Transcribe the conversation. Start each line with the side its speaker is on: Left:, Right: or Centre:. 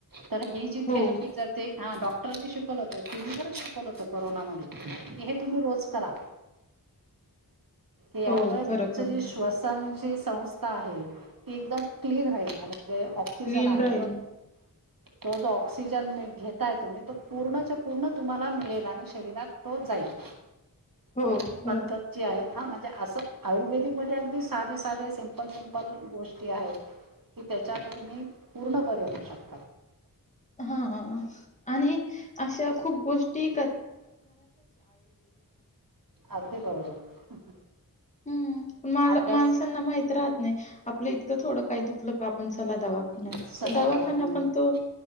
Right: तर ही जी
Left: हो,
Right: थेरपी जर ते डॉक्टरांनी शिकवलं होतं टी वी वरच शिकवलं होतं कोरोनामध्ये. हे तुम्ही रोज करा. यामुळे
Left: हो.
Right: तुमच
Left: खरं, खरं.
Right: जी श्वसनची संस्था आहे, ती एकदम क्लीन राहील आणि जे ऑक्सिजन
Left: क्लीन
Right: आहे
Left: राहील.
Right: तो जो ऑक्सिजन घेताय तुम्ही तो पूर्णच्या पूर्ण तुम्हाला मिळेल आणि शरीरात तो जाईल. <inaudible>
Left: हो.
Right: तर ही
Left: खरं.
Right: पद्धत जी आहे, हा म्हणजे असं आयुर्वेदिकध्ये अगदी साधे-साधे सिंपल सिंपल गोष्टी आहेत, कि त्याच्याने तुम्ही पूर्ण बरे होऊ शकता.
Left: हं अं अ आणि अशा खूप गोष्टी
Right: अगदी बरोबर.
Left: हं. मला
Right: आपल्या
Left: माणसांना माहित राहत नाही. आपलं इतकं थोडं काय दुखल का आपण चला दवाखान्यात
Right: चला
Left: दवाखाना
Right: दवाखान्यात
Left: पण तो